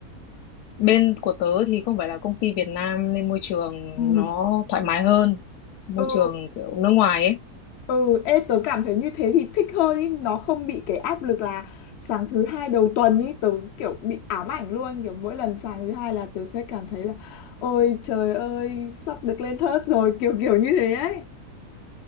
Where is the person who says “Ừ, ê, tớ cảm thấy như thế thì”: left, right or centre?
Left